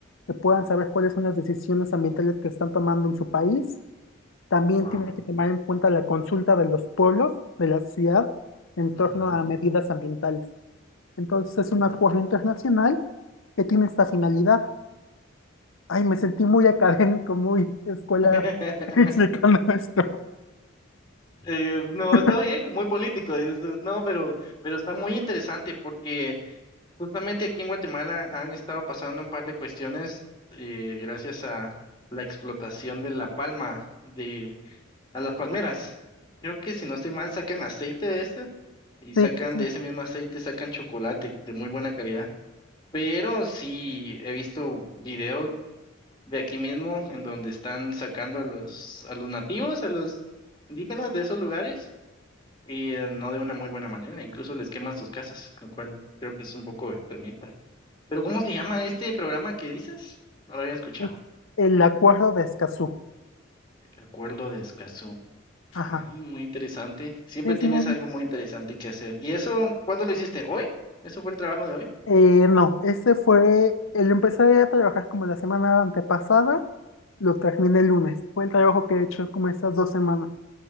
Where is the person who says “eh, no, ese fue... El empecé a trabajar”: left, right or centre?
Left